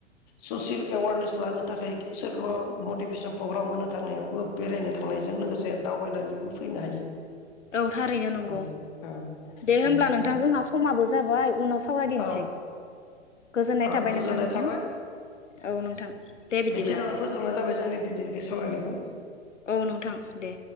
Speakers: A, on the left (about 35°); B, on the left (about 90°).
A: ससियेल एवारनेस लानो थाखाय सोरखौबा मटिभेसन प्रग्राम मोनो। थांनायावबो बेरायनो थांनायजों लोगोसे दावबायनानैबो फैनो हायो।
B: औ थारैनो नंगौ
A: उम औ
B: दे
A: बेनिफ्राय
B: होमब्ला नोंथां जोंहा समाबो जाबाय उनाव सावरायदिनिसै
A: औ
B: गोजोननाय
A: ओ
B: थाबाय
A: गोजोननाय
B: नोंथांसिम
A: थाबाय
B: औ नोंथां दे बिदिब्ला
A: बेखिनियावनो फोजोबनाय जाबाय जोंनि दिनै बे सावरायनाय खौ
B: औ नोंथां दे